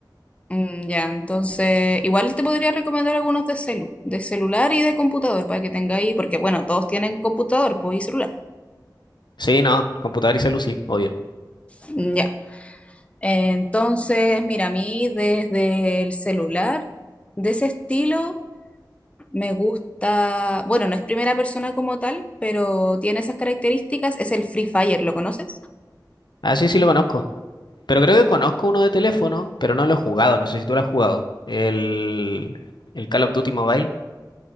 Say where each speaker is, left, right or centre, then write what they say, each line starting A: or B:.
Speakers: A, on the left; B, on the left.
A: Mm, ya, entonces, igual te podría recomendar algunos de celu, de celular y de computador para que tengáis, porque bueno, todos tienen computador, pues y celular.
B: Sí, no, computador y celu sí, obvio.
A: Mm, Ya. Entonces, mira, a mí desde el celular, de ese estilo, me gusta, bueno, no es primera persona como tal, pero tiene esas características, es el Free Fire, ¿lo conoces?
B: Ah, sí, sí lo conozco. Pero creo que conozco uno de teléfono, pero no lo he jugado. No sé si tú lo has jugado. El, el Call of Duty Mobile.